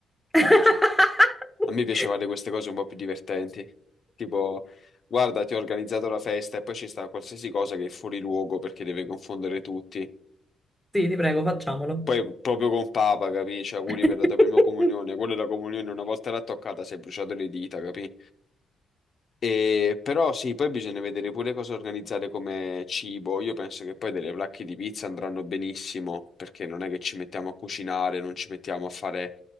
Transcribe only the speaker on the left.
per
il tuo so- A me piace fare queste cose un po' più divertenti. Tipo, guarda, ti ho organizzato la festa e poi ci sta qualsiasi cosa che è fuori luogo perché deve confondere tutti.
Poi proprio con Papa, capì? Cioè, auguri
per la tua prima comunione. Quella è la comunione, una volta l'ha toccata, si è bruciato le dita, capì? E- però sì, poi bisogna vedere pure cosa organizzare come cibo. Io penso che poi delle placche di pizza andranno benissimo, perché non è che ci mettiamo a cucinare, non ci mettiamo a fare